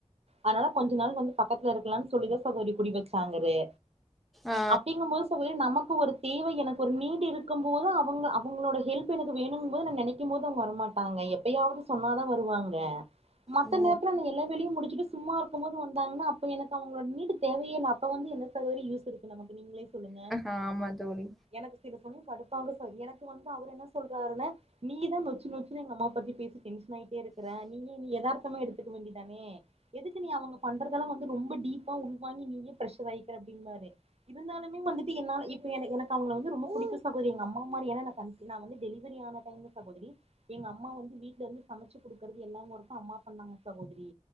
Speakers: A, on the right (about 60°); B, in the centre.
A: அதனால கொஞ்ச நாள் வந்து பக்கத்துல இருக்கலானு சொல்லிதா சகோரி குடி வச்சாங்கரு
B: ஆ,
A: அப்டிங்க போது சகோதரி நமக்கு ஒரு தேவை எனக்கு ஒரு நீடு இருக்குபோது அவுங்க அப் அவுங்களோட ஹெல்ப் எனக்கு வேணுங்கு போது நா நெனைக்கு போது அவுங்க வரமாட்டாங்க எப்பயாவ்து சொன்னாதா வருவாங்க மத்த
B: ஓ!
A: நேரத்துல நா எல்லா வேலையு முடிச்சுட்டு சும்மா இருக்கும் போது வந்தாங்கனா அப்ப எனக்கு அவங்களோட நீடு தேவையே இல அப்ப வந்து என்ன சகோதரி யூஸ் இருக்கு நமக்கு நீங்களே சொல்லுங்க
B: ஆ ஆமா தோழி
A: எனக்கு சில சமய கடுப்பாகு சகோ எனக்கு வந்து அவர் என்ன சொல்றாருன்ன நீதா நொச்சு நொச்சுனு எங்க அமா பத்தி பேசி டென்ஷன் ஆயிட்டே இருக்கிற நீ ஏதார்த்தமா எடுத்துக்க வேண்டி தானே எதுக்கு நீ அவங்க பண்றதெல்லா வந்து ரொம்ப டீப்பா உள்வாங்கி நீயே பிரெஷர் அயிக்கிற அப்டின்பாரு இருந்தாலுமே வந்துட்டு என்னால இப்ப எனக் எனக்கு அவங்கள வந்து ரொம்ப புடிக்கு சகோதரி எங்க அம்மா மாரி எனா நா கண்சி நா வந்து டெலிவரி ஆன டைம்ல சகோதரி எங்க அம்மா வந்து வீட்ல இருந்து சமச்சு குடுக்கறது எல்லா ஒர்கு அம்மா பண்ணாங்க சகோதரி